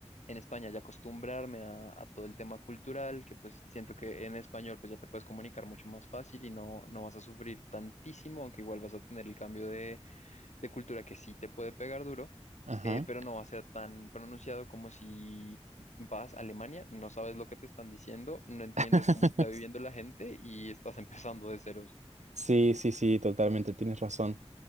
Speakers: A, on the left; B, on the right.
A: En España ya acostumbrarme a, a todo el tema cultural, que pues siento que en español pues ya te puedes comunicar mucho más fácil y no, no vas a sufrir tantísimo, aunque igual vas a tener el cambio de de cultura que sí te puede pegar duro,
B: Ajá.
A: eh, pero no va a ser tan pronunciado como si vas a Alemania, no sabes lo que te están diciendo, no entiendes
B: <laughs>
A: cómo está viviendo la gente y estás <laughs> empezando de ceros.
B: Sí, sí, sí, totalmente, tienes razón.